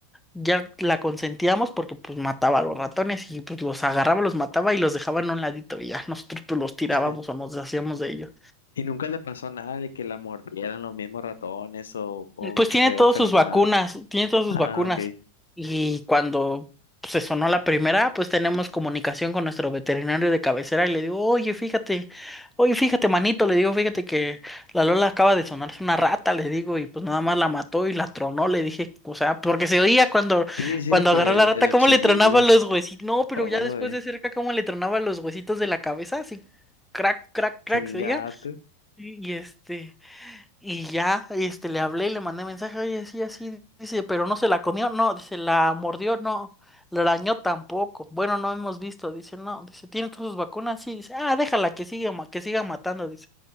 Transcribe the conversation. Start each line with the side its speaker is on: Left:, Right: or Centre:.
Centre: ya la consentíamos porque pues mataba a los ratones y pues los agarraba, los mataba y los dejaba en un ladito y ya nosotros pues los tirábamos
Left: <laughs>
Centre: o nos deshacíamos de ellos.
Left: Y nunca le pasó nada de que la mordieran los mismos ratones o, o
Centre: Pues
Left: que
Centre: tiene
Left: se vea
Centre: todas
Left: enfermada.
Centre: sus vacunas, tiene todas sus
Left: Ah,
Centre: vacunas.
Left: ok.
Centre: Y cuando pues, se sonó la primera, pues tenemos comunicación con nuestro veterinario de cabecera y le digo, oye, fíjate, oye, fíjate, manito, le digo, fíjate que la Lola acaba de sonarse una rata, le digo, y pues nada más la mató y la tronó, le dije, o sea, porque se oía cuando,
Left: Sí, sí,
Centre: cuando
Left: que
Centre: agarró
Left: el-
Centre: la rata,
Left: los
Centre: cómo
Left: chillidos.
Centre: le tronaba los huesitos, no, pero
Left: Oh,
Centre: ya después de cerca, cómo le tronaba los huesitos de la cabeza, así, crack, crack, crack,
Left: chingato.
Centre: se oía, y y este... Y ya, este, le hablé y le mandé mensaje, oye, sí, así, dice, pero no se la comió, no, dice, la mordió, no, la arañó tampoco. Bueno, no hemos visto, dice, no, dice, tiene todas sus vacunas, sí, dice, ah, déjala que siga, ma- que siga matando, dice.